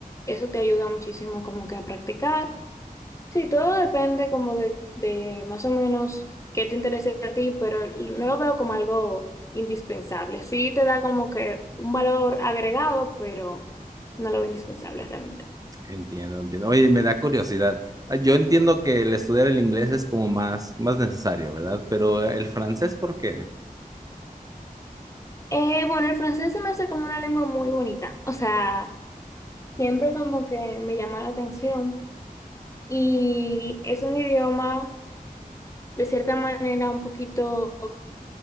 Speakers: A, on the left (about 20°); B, on the right (about 25°).
A: eso te ayuda muchísimo como que a practicar. Sí, todo depende como de, de más o menos qué te interese a ti, pero no lo veo como algo indispensable. Sí te da como que un valor agregado, pero no lo veo indispensable realmente.
B: Entiendo, entiendo. Oye, me da curiosidad. Ah, Yo entiendo que el estudiar el inglés es como más, más necesario, ¿verdad? Pero el francés, ¿por qué?
A: Eh, bueno, el francés se me hace como una lengua muy bonita, o sea, siempre como que me llama la atención y es un idioma de cierta manera un poquito...